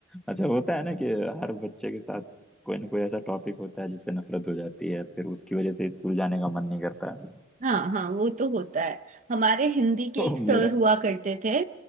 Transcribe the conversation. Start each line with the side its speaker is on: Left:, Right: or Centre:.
Centre: अच्छा होता है ना कि हर बच्चे के साथ कोई ना कोई ऐसा टॉपिक होता है जिससे नफरत हो जाती है फिर उसकी वजह से स्कूल जाने का मन नहीं करता है।
Right: हाँ हाँ वो तो होता है हमारे हिंदी के
Centre: तो
Right: एक
Centre: मेरा
Right: सर हुआ करते थे